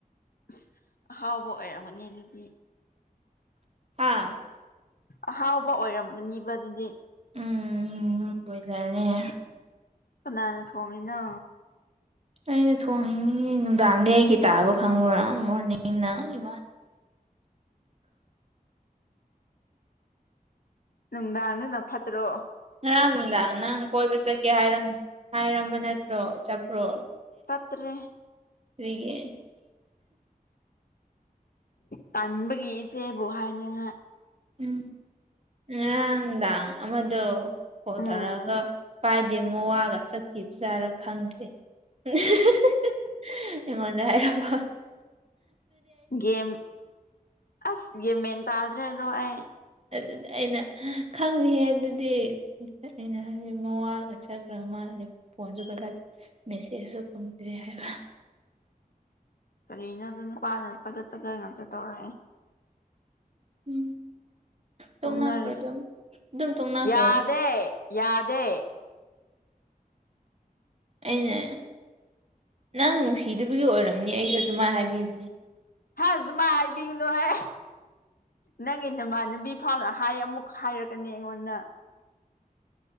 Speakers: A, on the left; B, on the right.
A: ꯍꯨꯝ ꯑꯍꯥꯎꯕ ꯑꯣꯏꯔꯝꯒꯅꯤ ꯑꯗꯨꯗꯤ
B: ꯍꯥꯥ
A: ꯑꯍꯥꯎꯕ ꯑꯣꯏꯔꯝꯒꯅꯤꯕ ꯑꯗꯨꯗꯤ
B: ꯎꯝ ꯕ꯭ꯔꯣꯏꯂꯔꯅꯦ
A: ꯀꯅꯥꯅ ꯊꯣꯡꯉꯤꯅ
B: ꯑꯩꯅ ꯊꯣꯡꯉꯤꯅꯤꯅꯦ ꯅꯨꯡꯗꯥꯡꯗꯤ ꯑꯩꯒꯤ ꯇꯥꯕ ꯈꯪꯕ꯭ꯔꯥ ꯃꯣꯔꯅꯤꯡꯅ ꯏꯃ <inaudible>
A: ꯅꯨꯡꯗꯥꯡꯗꯨꯅ ꯐꯠꯇ꯭ꯔꯣ
B: ꯉꯔꯥꯡ ꯅꯨꯡꯗꯥꯡ ꯅꯪ ꯀꯣꯏꯕ ꯆꯠꯀꯦ ꯍꯥꯏꯔꯝ ꯍꯥꯏꯔꯨꯝꯕ ꯅꯠꯇ꯭ꯔꯣ ꯆꯠꯄ꯭ꯔꯣ
A: ꯇꯠꯇ꯭ꯔꯦ
B: ꯒ <inaudible>
A: ꯇꯟꯕꯒꯤ ꯏꯆꯦꯕꯨ ꯍꯥꯏꯅꯤꯡꯉꯥꯏ
B: ꯎꯝ ꯉꯔꯥꯡꯅꯨꯡꯗꯥꯡ ꯑꯃꯗꯣ ꯐꯣꯟ
A: ꯎꯝ
B: ꯇꯧꯔꯒ ꯄꯥꯏꯗꯦ ꯃꯣꯋꯥꯒ ꯆꯈꯤꯕꯖꯥꯔ ꯈꯪꯗꯦ꯫ ꯑꯍꯤ ꯍꯤ ꯍꯤ ꯍꯤ ꯍꯤ ꯑꯩꯉꯣꯟꯗ ꯍꯥꯏꯔꯕꯣ
A: ꯒꯦꯝ ꯑꯁ ꯒꯦꯝ ꯃꯦꯟ ꯇꯗ꯭ꯔꯦꯗꯣ ꯑꯩ
B: ꯑꯗꯨꯗꯤ ꯑꯩꯅ ꯈꯪꯗꯤꯍꯦ ꯑꯗꯨꯗꯤ ꯑꯩꯅ ꯍꯥꯏꯗꯤ ꯃꯋꯥꯒ ꯆꯠꯈ꯭ꯔꯝ ꯃꯥ ꯅꯤ ꯐꯣꯟꯖꯨ ꯄꯥꯏꯈꯠꯇ ꯃꯦꯁꯦꯖꯁꯨ ꯐꯪꯗ꯭ꯔꯦ ꯍꯥꯏꯕ
A: ꯀꯔꯤꯅꯣꯗ ꯅꯨꯄꯥꯅ ꯆꯒꯠ ꯆꯒꯠ ꯉꯥꯛꯇ ꯇꯧꯔꯛꯑꯦ
B: ꯎꯝ
A: ꯇꯣꯛꯅꯔꯁꯤ
B: ꯇꯣꯡꯅꯥꯈ꯭ꯔꯣ ꯗꯨꯝ ꯗꯨꯝ ꯇꯣꯡꯅꯥꯈ꯭ꯔꯣ
A: ꯌꯥꯗꯦ ꯌꯥꯗꯦ
B: ꯑꯩꯅ ꯅꯪ ꯅꯨꯡꯁꯤꯗꯕꯒꯤ ꯑꯣꯏꯔꯝꯅꯤ ꯑꯩꯁꯨ ꯑꯗꯨꯃꯥꯏꯅ ꯍꯥꯏꯕꯤꯕꯅꯤꯅꯦ
A: ꯑꯖꯨ ꯃꯥꯏ ꯍꯥꯏꯕꯤꯒꯅꯨ ꯍꯦ ꯅꯪꯒꯤ ꯅꯃꯥꯟꯅꯕꯤ ꯐꯥꯎꯅ ꯍꯥꯏ ꯑꯃꯨꯛ ꯍꯥꯏꯔꯛꯀꯅꯤ ꯑꯩꯉꯣꯟꯗ